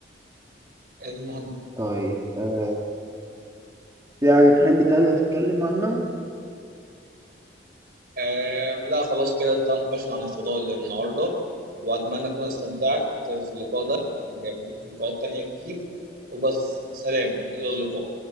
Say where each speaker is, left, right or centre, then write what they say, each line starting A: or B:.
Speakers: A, on the right (about 55°); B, on the right (about 20°).
A: المهم
B: طيب آه، في حاجة تحب تانية تتكلم عنها؟
A: آه لا خلاص كده انت ناقشنا عن الفضاء النهاردة وأتمنى أكون استمتعت في اللقاء ده يعني في لقاءات تانية كتير وبس سلام إلى اللقاء